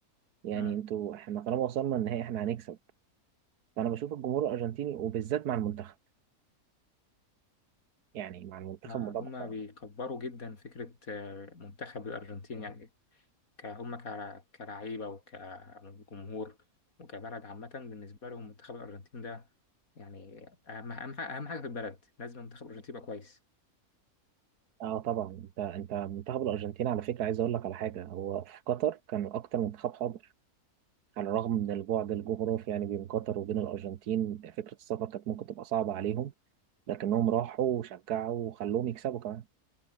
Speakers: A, on the right (about 85°); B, on the left (about 65°).
A: يعني
B: مم.
A: انتوا احنا طالما وصلنا النهائي احنا هنكسب فانا بشوف الجمهور الارجنتيني وبالذات مع المنتخب يعني مع المنتخب
B: آه،
A: الموضوع
B: هما
A: مختلف
B: بيكبروا جدا فكرة آه، منتخب الأرجنتين يعني ك- هما كرع- كلعيبة وكجمهور وكبلد عامة بالنسبة لهم منتخب الأرجنتين ده يعني أهم أهم حاجة أهم حاجة في البلد لازم منتخب الأرجنتين يبقى كويس
A: اه طبعا انت انت منتخب الارجنتين على فكره عايز اقول لك على حاجه هو في قطر كان اكتر منتخب حاضر على الرغم من البعد الجغرافي يعني بين قطر وبين الأرجنتين فكرة السفر كانت ممكن تبقى صعبة عليهم لكنهم راحوا وشجعوا وخلوهم يكسبوا كمان